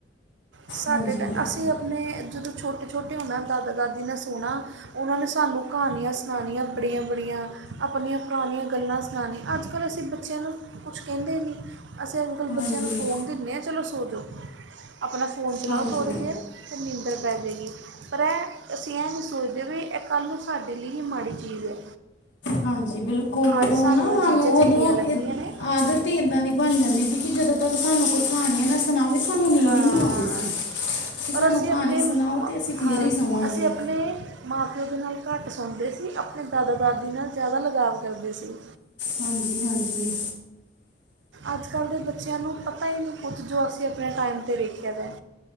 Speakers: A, on the right; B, on the left.
A: ਸਾਡੇ
B: ਹਾਂਜੀ
A: ਟ
B: ਬਿਲਕੁਲ
A: ਅਸੀਂ ਆਪਣੇ ਜਦੋਂ ਛੋਟੇ ਛੋਟੇ ਹੁੰਣਾ ਦਾਦਾ ਦਾਦੀ ਨੇ ਸੁਣਾ ਉਹਨਾਂ ਨੇ ਸਾਨੂੰ ਕਹਾਣੀਆਂ ਸੁਣਾਉਣੀਆਂ ਬੜੀਆਂ ਬੜੀਆਂ ਆਪਣੀਆਂ ਪੁਰਾਣੀਆਂ ਗੱਲਾਂ ਸੁਣਾਉਣੀਆਂ ਅੱਜ ਕੱਲ ਅਸੀਂ ਬੱਚਿਆਂ ਨੂੰ ਕੁਛ ਕਹਿੰਦੇ ਨਹੀਂ ਅਸੀਂ ਅੱਜ ਕੱਲ੍ਹ
B: ਹਾਂਜੀ
A: ਬੱਚਿਆਂ ਨੂੰ ਫੋਨ ਦਿੰਦੇ ਹਾਂ ਚਲੋ ਸੋਚੋ ਆਪਣਾ ਫੋਨ ਚਲਾਓ
B: ਹਾਂਜੀ
A: ਥੋੜ੍ਹੀ ਦੇਰ ਅਤੇ ਨਿੰਦਰ ਪੈ ਜੇਗੀ। ਪਰ ਅਸੀਂ ਇਹ ਨਹੀਂ ਸੋਚਦੇ, ਵੀ ਇਹ ਕੱਲ੍ਹ ਨੂੰ ਸਾਡੇ ਲਈ ਹੀ ਮਾੜੀ ਚੀਜ਼ ਹੈ।
B: ਹਾਂਜੀ, ਬਿਲਕੁਲ ਉਦੋਂ
A: ਅੱਜ
B: ਨਾ ਸਾਨੂੰ
A: ਇਹ ਚੀਜ਼ਾਂ ਚੰਗੀਆਂ
B: ਉਦੋਂ
A: ਲੱਗਦੀਆਂ ਨੇ
B: ਆਦਤ। ਤੇ ਇੱਦਾਂ ਦੀ ਬਣ ਜਾਂਦੀ ਸੀ, ਕਿ ਜਦੋਂ ਤੱਕ ਸਾਨੂੰ ਕੋਈ ਕਹਾਣੀ ਆ ਨਾ ਸੁਣਾਵੇ ਸਾਨੂੰ ਨੀਂਦ
A: ਹਾਂ
B: ਹੀ ਨੀ ਆਉਂਦੀ ਸੀ। ਕਿ ਸਾਨੂੰ
A: ਔਰ ਅਸੀਂ
B: ਕਹਾਣੀ
A: ਅਪਣੇ
B: ਸੁਣਾਓ
A: ਮ
B: ਤੇ ਅਸੀਂ ਫੇਰ
A: ਹਾਂ,
B: ਹੀ ਸੋਵਾਂਗੇ
A: ਅਸੀਂ ਅਪਣੇ ਮਾਂ-ਪਿਓ ਦੇ ਨਾਲ ਘੱਟ ਸੋੰਦੇ ਸੀ, ਅਪਣੇ ਦਾਦਾ-ਦਾਦੀ ਨਾਲ ਜੈਦਾ ਲਗਾਵ ਕਰਦੇ ਸੀ।
B: ਹਾਂਜੀ-ਹਾਂਜੀ।
A: ਅੱਜ-ਕੱਲ੍ਹ ਦੇ ਬੱਚਿਆਂ ਨੂੰ ਪਤਾ ਈ ਨੀ ਕੁਛ, ਜੋ ਅਸੀਂ ਅਪਣੇ ਟਾਈਮ ਤੇ ਵੇਖਿਆ ਦੈ।